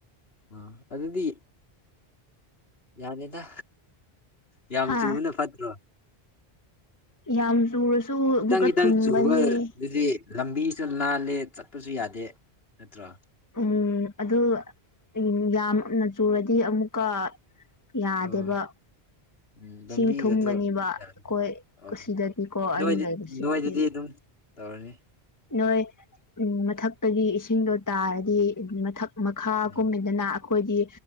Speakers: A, on the left; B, on the left.
A: ꯑ ꯑꯗꯨꯗꯤ ꯌꯥꯗ‌ꯦꯗ ꯌꯥꯝ
B: ꯍꯥ
A: ꯆꯨꯕꯅ ꯐꯠꯇ꯭ꯔꯣ?
B: ꯌꯥꯝ ꯆꯨꯔꯁꯨ
A: ꯈꯤꯇꯪ
B: ꯑꯃꯨꯛꯀ
A: ꯈꯤꯇꯪ
B: ꯊꯨꯝꯒꯅꯤ
A: ꯆꯨꯕ ꯗꯨꯗꯤ ꯂꯝꯕꯤꯁꯨ ꯅꯥꯜꯂꯦ ꯆꯠꯄꯁꯨ ꯌꯥꯗꯦ ꯅꯠꯇ꯭ꯔꯣ
B: ꯎꯝ ꯑꯗꯨ ꯎꯝ ꯌꯥꯝꯅ ꯆꯨꯔꯗꯤ ꯑꯃꯨꯛꯀ ꯌꯥꯗꯦꯕ
A: ꯑꯥ ꯎꯝ
B: ꯏꯁꯤꯡ
A: ꯂꯝꯕꯤꯒꯗꯣ
B: ꯊꯨꯝꯒꯅꯤꯕ ꯑꯩꯈꯣꯏ
A: ꯌꯥꯝ ꯑꯥ
B: ꯁꯤꯗꯒꯤꯀꯣ
A: ꯅꯣꯏꯗꯤ
B: ꯑꯩꯅ ꯂꯩꯕꯁꯤꯗꯗꯤ
A: ꯅꯣꯏꯗꯗꯤ ꯑꯗꯨꯝ ꯇꯧꯔꯅꯤ
B: ꯅꯣꯏ ꯎꯝ ꯃꯊꯛꯇꯒꯤ ꯏꯁꯤꯡꯗꯣ ꯇꯥꯔꯗꯤ ꯃꯊꯛ ꯃꯈꯥ
A: ꯑꯥ
B: ꯀꯨꯝꯃꯤꯗꯅ ꯑꯩꯈꯣꯏꯗꯤ